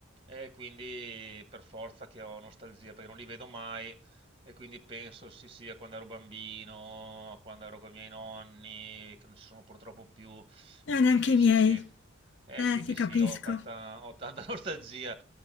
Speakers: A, on the right (about 25°); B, on the left (about 60°).
A: e quindi per forza che ho nostalgia perché non li vedo mai e quindi penso sì sì a quando ero bambino, a quando ero con i miei nonni, che non ci sono purtroppo più
B: Eh,
A: e
B: neanche
A: quindi
B: i miei.
A: sì sì. Eh,
B: Eh,
A: quindi
B: ti capisco.
A: sì, ho tanta, ho tanta <laughs> nostalgia.